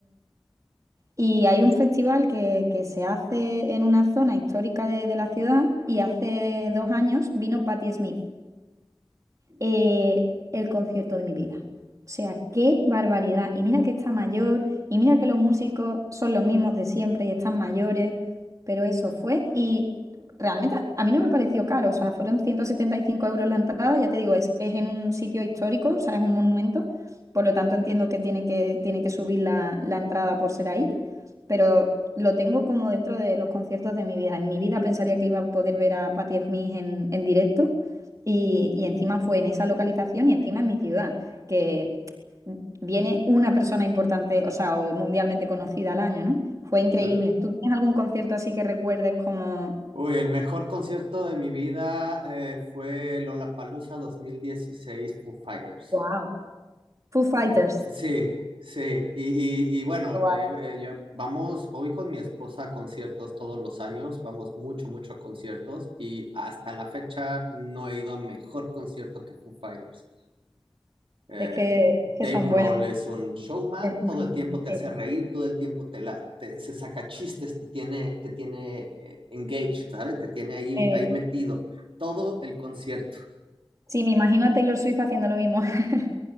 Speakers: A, on the right (about 40°); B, on the right (about 85°).
A: Y hay un festival que, que se hace en una zona histórica de, de la ciudad y hace dos años vino Patti Smith eh, el concierto de mi vida. O sea, qué barbaridad. Y mira que está mayor, y mira que los músicos son los mismos de siempre y están mayores, pero eso fue. Y realmente a mí no me pareció caro, o sea, fueron 175 euros la entrada, ya te digo, es, es en un sitio histórico, o sea, es un monumento, por lo tanto entiendo que tiene que, tiene que subir la, la entrada por ser ahí, pero lo tengo como dentro de los conciertos de mi vida. En mi vida pensaría que iba a poder ver a Patti Smith en, en directo y, y encima fue en esa localización y encima en mi ciudad, que viene una persona importante, o sea, o mundialmente conocida al año, ¿no? Fue increíble.
B: Sí.
A: ¿Tú tienes algún concierto así que recuerdes como,
B: Uy, el mejor concierto de mi vida eh, fue Lollapalooza 2016 Foo Fighters.
A: wow, Foo Fighters?
B: Fue- Sí, sí. Y, y- y bueno,
A: Guau.
B: eh, eh, yo- vamos, voy con mi esposa a conciertos todos los años, vamos mucho, mucho a conciertos y hasta la fecha no he ido a mejor concierto que Foo Fighters. Eh,
A: Es que, es que
B: Dave
A: son
B: Grohl
A: buenos.
B: es un showman,
A: Es-
B: todo el tiempo te
A: Sí,
B: hace reír, todo el tiempo te, la, te- se saca chistes, te tiene, te tiene eh, engaged, ¿sabes? Te tiene ahí,
A: Eh,
B: ahí metido todo el concierto.
A: sí, me imagino a Taylor Swift haciendo lo mismo. <laughs>